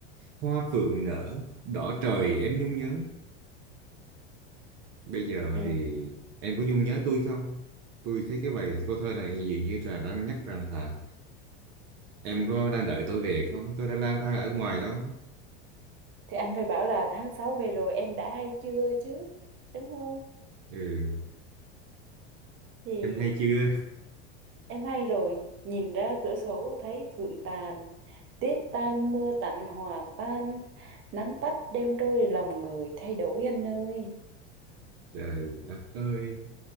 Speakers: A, on the right; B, on the right.
A: Hoa phượng nở, đỏ trời em nhung nhớ. Bây giờ
B: Ừ.
A: thì em có nhung nhớ tôi không? Tôi thấy cái bài câu thơ này dường như là đang nhắc rằng là em có đang đợi tôi về không? Tôi đang lang thang ở ngoài đó.
B: Thì anh phải bảo là tháng 6 về rồi em đã hay chưa chứ, đúng không?
A: Ừ,
B: Thì
A: em hay chưa? <laughs>
B: em hay rồi, nhìn ra cửa sổ thấy phượng tàn, tuyết tan mưa tạnh hòa tan, nắng tắt đêm trôi lòng người thay đổi anh ơi.
A: Trời đất ơi,